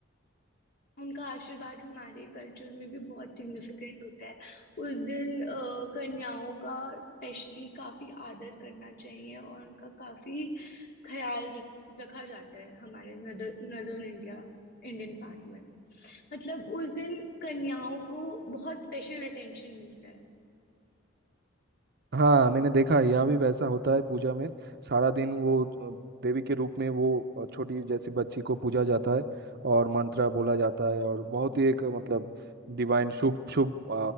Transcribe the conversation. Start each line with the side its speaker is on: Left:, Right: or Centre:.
Left: उनका आशीर्वाद हमारे कल्चर में भी बहुत सिग्निफिकेंट होता है उस दिन अ, कन्याओं का स्पेशली काफी आदर करना चाहिए और उनका काफी ख्याल रख रखा जाता है हमारे नदर्न इंडिया इंडियन पार्ट में मतलब उस दिन कन्याओं को बहुत स्पेशल अटेंशन मिलता है
Right: हाँ मैंने देखा है यहाँ भी वैसा होता है पूजा में सारा दिन वो अ, देवी के रूप में वो अ, छोटी जैसी बच्ची को पूजा जाता है और मंत्र बोला जाता है और बहुत ही एक अ, मतलब डिवाइन शुभ शुभ अ,